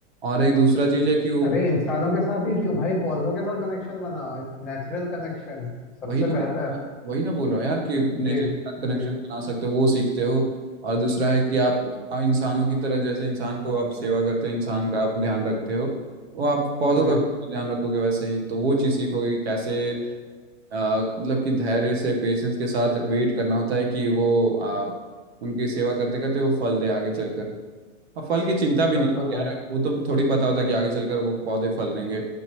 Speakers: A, on the right; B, in the centre.
A: और एक दूसरा चीज है कि वो
B: अरे इंसानों के साथ ही क्यों भाई पौधों के साथ कनेक्शन बना नेचुरल कनेक्शन सबसे
A: वही ना
B: बेहतर
A: वही ना बोल रहा हूँ यार कि नेचर
B: जी
A: के साथ कनेक्शन
B: जी
A: बना सकते हो वो सीखते हो और दूसरा है कि आप आ- इंसानों की तरह जैसे इंसान को आप सेवा करते हो इंसान का आप ध्यान रखते हो वो आप पौधों
B: जी
A: का भी ध्यान रखोगे वैसे ही तो वो चीज सीखोगे कि कैसे आ, मतलब कि धैर्य से पेशेंस के साथ वेट करना होता है कि वो आ, उनकी सेवा करते करते वो फल दे आगे चलकर और फल की चिंता
B: बिल्कुल
A: भी नहीं होती
B: भाई
A: यार वो तो थोड़ी पता होता है कि आगे चलकर वो पौधे फल देंगे